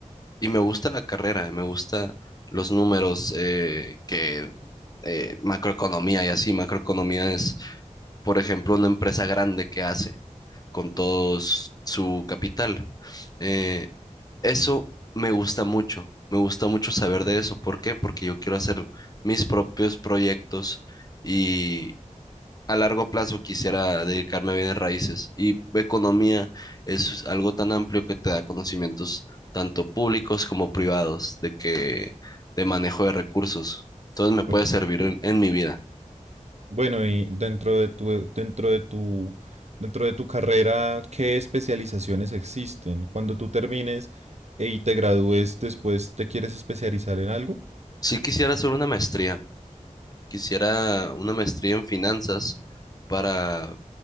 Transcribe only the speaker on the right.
Ok.
Bueno, y dentro de tu, dentro de tu, dentro de tu carrera, ¿qué especializaciones existen? Cuando tú termines e- y te gradúes después, ¿te quieres especializar en algo?